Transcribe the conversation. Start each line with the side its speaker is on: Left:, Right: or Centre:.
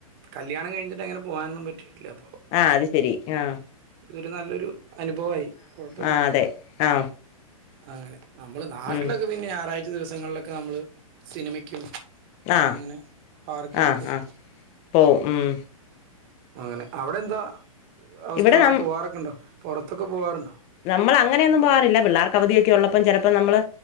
Right: കല്യാണം കഴിഞ്ഞിട്ട് അങ്ങനെ പോവാനൊന്നും പറ്റിട്ടില്ല അപ്പോ
Left: ആഹ് അത് ശരി ആഹ്
Right: ഒരു നല്ലൊരു അനുഭവായി കൊഴപ്പല്ല
Left: ആ അതെ ആ
Right: അങ്ങനെ നമ്മള് നാട്ടിലൊക്കെ
Left: ഉം
Right: പിന്നെ ഞായറായ്ച്ച ദിവസങ്ങളിലൊക്കെ നമ്മള് സിനിമക്കും
Left: ആ
Right: അങ്ങനെ പാർക്കിക്കൊക്കെ
Left: ആ ആ
Right: പോവും
Left: പോവും ഉം.
Right: അങ്ങനെ അവിടെന്താ അവസ്ഥ
Left: ഇവിടെ നം
Right: പോവാറൊക്കെ ഇണ്ടോ പൊറത്തൊക്കെ പോവാറ്ണ്ടോ
Left: നമ്മള് അങ്ങനെയൊന്നും പോവാറില്ല പിള്ളേർക്ക് അവധിയൊക്കെ ഉള്ളപ്പം ചെലപ്പോ നമ്മള്